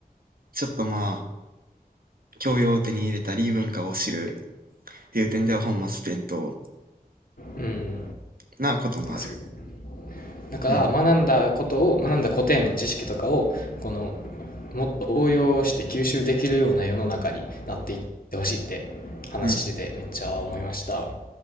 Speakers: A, on the right; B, on the left.
A: ちょっとまあ、教養を手に入れたり、文化を知るっていう点では本末転倒
B: うん
A: なこともある。
B: そだから学んだことを学んだ古典の知識とかをこの
A: うん。
B: もっと応用して吸収できるような世の中になっていってほしいって話しててめっちゃ思いました。
A: うん。